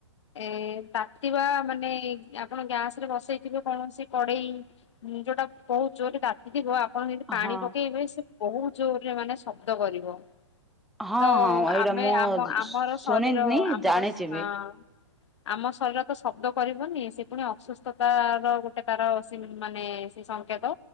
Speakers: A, on the left; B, in the centre.
A: ଏ ତାତିିବା ମାନେ ଆପଣ ଗ୍ୟାସ ରେ ବସେଇଥିବେ କୌଣସି କଡେଇ ଯୋଉଟା ବୋହୁତ ଜୋରରେ ତା ଥିବ ଆପଣ ଯଦି ପାଣି
B: ହଁ
A: ପକେଇବେ ସେ ବହୁତ ଜୋରରେ ମାନେ ଶବ୍ଦ କରିବ
B: ହଁ
A: ତ
B: ହଁ ହଁ ଏଇଟା
A: ଆମେ
B: ମୁଁ
A: ଆମ ଆମର
B: ଶୁଣିନି
A: ଶରୀର ଆମର
B: ଜାଣିଛି
A: ହଁ
B: ବି
A: ଆମ ଶରୀର ତ ଶବ୍ଦ କରିବନି ସେ ପୁଣି ଅସୁସ୍ଥତା ର ଗୋଟେ ତାର ସେ ମାନେ ସେ ସଂଙ୍କେତ